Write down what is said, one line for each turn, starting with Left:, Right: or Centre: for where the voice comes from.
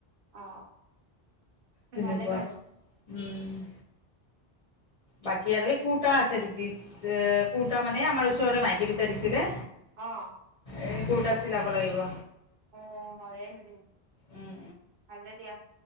Right: অ।
Left: তেনেকুৱা
Right: ভালে বাৰু
Left: উম বাকী আৰু এই কুৰ্তা আছে দুটিচ এ কুৰ্তা মানে আমাৰ ওচৰৰে মাইকী দুটা দিছিলে।
Right: অ,
Left: এই কোৰ্তা চিলাব লাগিব।
Right: অ হয় নি <unintelligible>
Left: উম
Right: ভালে দিয়া।